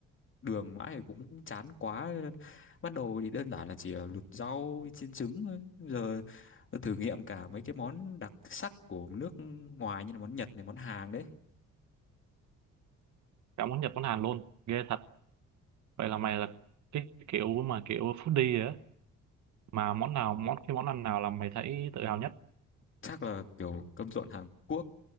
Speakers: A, on the left; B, on the right.
A: đường mãi thì cũng chán quá ban đầu thì đơn giản là chỉ luộc rau chiên trứng thôi Bây giờ tôi thử nghiệm cả mấy cái món đặc sắc của nước ngoài như là món Nhật này món Hàn đấy
B: Cả món Nhật món Hàn luôn. Ghê thật. Vậy là mày là cái kiểu mà kiểu foodie rồi á. Mà món nào, món cái món ăn nào là mày thấy tự hào nhất?
A: chắc là kiểu cơm trộn Hàn Quốc